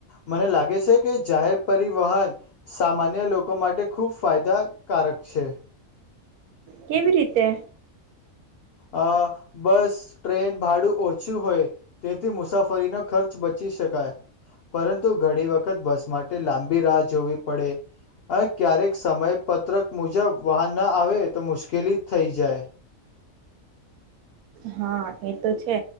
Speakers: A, on the left; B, on the right.
A: મને લાગે છે કે જાહેર પરિવહન સામાન્ય લોકો માટે ખૂબ ફાયદાકારક છે
B: કેવી રીતે
A: અ બસ ટ્રેન ભાડું ઓછું હોય તેથી મુસાફરીનો ખર્ચ બચી શકાય પરંતુ ઘણી વખત બસ માટે લાંબી રાહ જોવી પડે ક્યારેક સમય પત્રક મુજબ વાહન ના આવે તો મુશ્કેલી થઈ જાય
B: હા એ તો છે